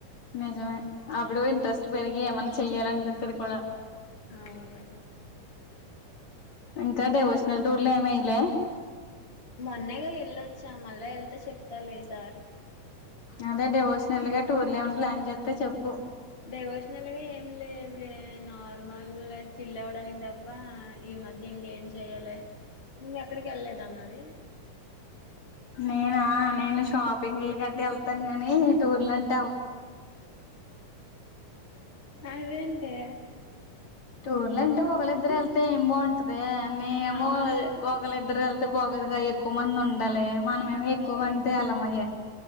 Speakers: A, on the left (about 55°); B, on the left (about 20°).
A: నిజమే అప్పుడు ఇంట్రెస్ట్ పెరిగి ఏమన్నా చెయ్యాల అనిపిత్తది కూడా
B: అవును
A: ఇంకా డెవోషనల్ టూర్లు ఏం ఏయ్యాలే
B: మొన్నేగా వెళ్ళొచ్చా మళ్ళా వెళ్తే చెప్తాలే ఈసారి
A: అదే డెవోషనల్ గా టూర్ ఏమని ప్లాన్ చేస్తే చెప్పు
B: డివోషనల్ గా ఏం లేదే నార్మల్ చిల్ అవ్వడానికి తప్ప ఈ మధ్య ఇంకేం చెయాలే నువ్ ఎక్కడికి వెళ్లేదా మరి
A: నేనా నేను షాపింగ్ లు గట్ట వెళ్తాను కాని టూర్ల అన్
B: అదేంటే
A: టూర్లు అంటే ఒక్కలు ఇద్దరు వెళ్తే ఎం బాగుంటదే మీమో
B: అవును
A: ఒక్కలుఇద్దు ఇద్దరు వెళ్తే బాగోదు గా ఎక్కువ మంది ఉండాలి మనము ఏమో ఎక్కువ మందితో వెళ్లమాయే